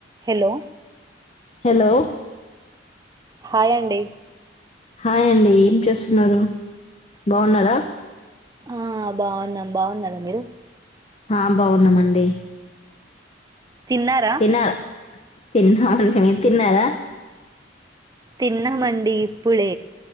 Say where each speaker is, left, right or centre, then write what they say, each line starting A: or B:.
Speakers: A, on the right; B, on the left.
A: Hello
B: hello
A: hi అండి
B: hi అండి ఏం చేస్తున్నారు బాగున్నారా
A: ఆ బాగున్నాం బాగున్నారా మీరు
B: ఆ బాగున్నామండి
A: తిన్నారా
B: తిన్నార తిన్నామండి మీరు తిన్నారా
A: తిన్నామండి ఇప్పుడే